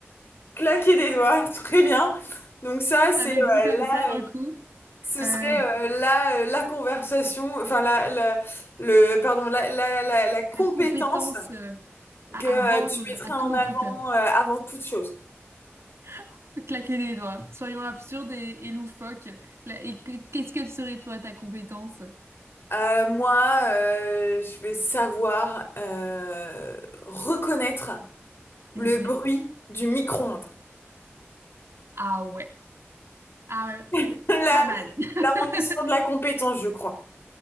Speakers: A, on the left; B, on the right.
A: Claquer des doigts, <laughs> très bien. Donc ça, c'est
B: Ça m'est
A: euh,
B: venu comme
A: là,
B: ça d'un
A: euh,
B: coup.
A: ce
B: Euh,
A: serait euh, là euh, la conversation, enfin la, la- le, pardon, la, la, la, la compétence
B: la compétence euh, à,
A: que euh,
B: à vendre
A: tu mettrais
B: à
A: en
B: tout
A: avant
B: recruteur.
A: euh, avant toute chose.
B: <laughs> Claquer des doigts. Soyons absurdes et, et loufoques. La- Et que- qu'est-ce qu'elle serait toi, ta compétence?
A: Euh, moi, euh, je vais savoir euh, reconnaître
B: Mhm.
A: le bruit du micro-ondes.
B: Ah ouais. Ah ouais. Oh,
A: <laughs> Là,
B: Pas mal. <laughs>
A: là, on est sur de la compétence, je crois.